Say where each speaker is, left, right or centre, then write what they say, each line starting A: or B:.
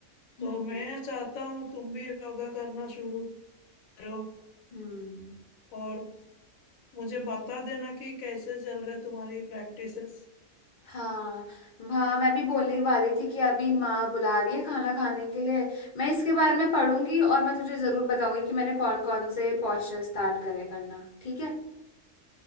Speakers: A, on the left; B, on the left.
A: तो
B: हम्म
A: मैं चाहता हूँ तुम भी योगा करना शुरू करो
B: हम्म
A: और मुझे बता देना कि कैसे चल रहे तुम्हारी प्रैक्टिसेस
B: हाँ वहाँ मैं भी बोलने ही वाली थी कि अभी माँ बुला रही है खाना खाने के लिए मैं इसके बारे में पढ़ूंगी और मैं तुझे ज़रूर बताऊंगी कि मैंने कौन कौन से पॉस्चर स्टार्ट करे करना ठीक है